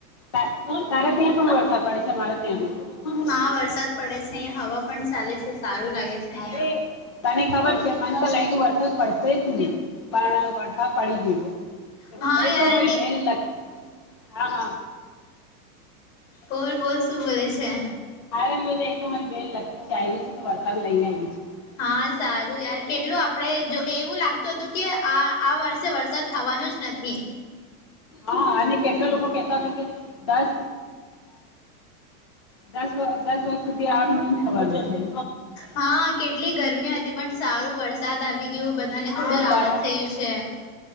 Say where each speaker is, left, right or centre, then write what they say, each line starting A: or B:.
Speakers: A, on the left; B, on the left.
A: તા તારે ત્યાં તો વરસાદ પડે છે મારે ત્યાં તો નહીં.
B: હા વરસાદ પડે છે અહીંયા હવા પણ ચાલે છે સારું લાગે. છે અહીંયા
A: અરે તને ખબર છે મન તો લાયગુ વરસાદ પડસે જ નહી પણ વરસા દ પડી ગયો
B: હા
A: એ
B: યાર
A: તો વરી બેન લ હ હ.
B: બોલ બોલ શું બોલે છે.
A: હા મે બધ એ તો મારી બેન લકી ચાઈલ્ડ છે આવી છે તો વરસાદ લઈને આવ છે.
B: હા સારું યાર કેટલું આપડે જો એવું લાગતું હતું કે આ આ વર્ષે વરસાદ થવાનો જ નથી. થી.
A: હા અને કેટલા લોકો કેતા હતા કે દસ. દસ દસ વાગ સુધી આ મહને થવા જશે.
B: હા કેટલી ગરમી હતી પણ સારો વરસાદ આવી ગયો બધાને થોડું
A: હા
B: રાહત
A: બાર
B: થયું છે. <inaudible>